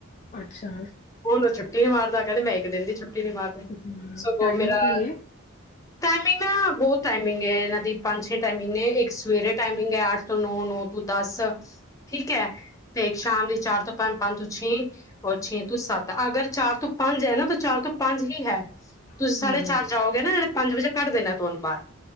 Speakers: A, on the left; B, on the left.
A: ਅੱਛਾ।
B: ਹੁਣ ਉਹ ਛੁੱਟੀ ਨੀ ਮਾਰਦਾ, ਕੈੰਦੇ ਮੈਂ ਇੱਕ ਦਿਨ ਦੀ ਛੁੱਟੀ ਨੀ ਮਾਰਨੀ।
A: ਹਮ,
B: ਸਗੋਂ
A: ਟਾਈਮਿੰਗ
B: ਮੇਰਾ
A: ਕੀ ਏ
B: ਟਾਈਮਿੰਗ ਨਾ, ਬੌਤ ਟਾਈਮਿੰਗ ਹੈ ਇਹਨਾਂ ਦੀ। ਪੰਜ ਛੇ ਟਾਈਮਿੰਗ ਨੇ ਇੱਕ ਸਵੇਰੇ ਟਾਈਮਿੰਗ ਹੈ ਅੱਠ ਤੋਂ ਨੌ, ਨੋ ਤੁ ਦਸ ਠੀਕ ਹੈ, ਤੇ ਇੱਕ ਸ਼ਾਮ ਦੀ ਚਾਰ ਤੋਂ ਪੰਜ, ਪੰਜ ਤੋਂ ਛੇ ਔਰ ਛੇ ਤੁ ਸੱਤ ਅਗਰ ਚਾਰ ਤੋਂ ਪੰਜ ਹੈ ਨਾ ਤਾਂ ਚਾਰ ਤੋਂ ਪੰਜ ਹੀ ਹੈ। ਤੁਸੀਂ
A: ਹੂੰ,
B: ਸਾਢੇ
A: ਹੂੰ।
B: ਚਾਰ ਜਾਓਗੇ ਨਾ ਜੜੇ ਪੰਜ ਵਜੇ ਕੱਢ ਦੇਣੈ ਤੁਹਾਨੂੰ ਬਾਹਰ।